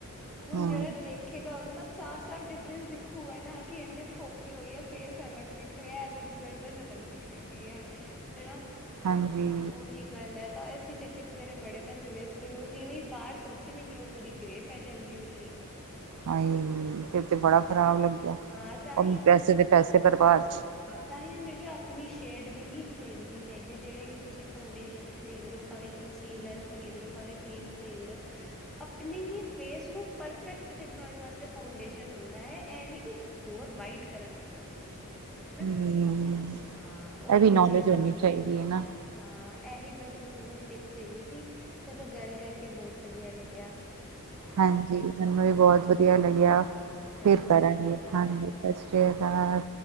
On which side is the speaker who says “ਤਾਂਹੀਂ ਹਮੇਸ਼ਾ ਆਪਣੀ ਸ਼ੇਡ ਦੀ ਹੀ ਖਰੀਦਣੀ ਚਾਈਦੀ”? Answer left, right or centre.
Centre